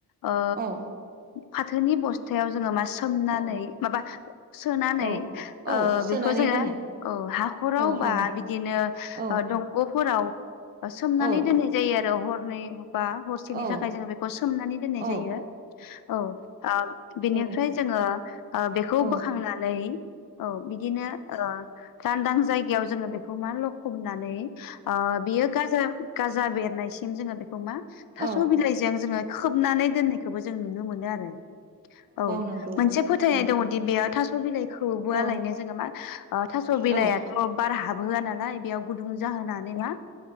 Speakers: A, on the left; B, on the right.
A: ओ
B: औ
A: फाथोनि बस्थायाव जोङो मा सोमनानै
B: औ
A: माबा सोनानै
B: औ औ
A: ओ
B: सोनानै
A: बेखौ जोङो
B: दोनो
A: औ हाखराव
B: औ औ
A: बा बिदिनो ओ
B: औ
A: दंग'फोराव ओ सोमनानै
B: औ
A: दोननाय जायो आरो हरनै बा हरसेनि
B: औ
A: थाखाय जोङो बेखौ सोमनानै दोननाय
B: औ औ
A: जायो औ ओ बिनिफ्राय
B: औ
A: जोङो ओ बेखौ
B: औ
A: बोखांनानै औ बिदिनो ओ लांदां जायगायाव जोङो बेखौ मा लखबनानै ओ बेयो गाजा गाजा बेरनायसिम जोङो बेखौ मा
B: औ
A: थास' बिलाइजों जोङो खोबनानै दोननायखौबो जों नुनो मोनो आरो औ
B: नंगौ
A: मोनसे
B: औ
A: फोथायनाय
B: औ
A: दङ बेयाव थास' बिलाइखोबो
B: औ
A: आलायनो जोङो मा ओ थास' बिलाइ
B: औ
A: खौ बार हाबहोआ नालाय बेयाव गुदुं जाहोनानै मा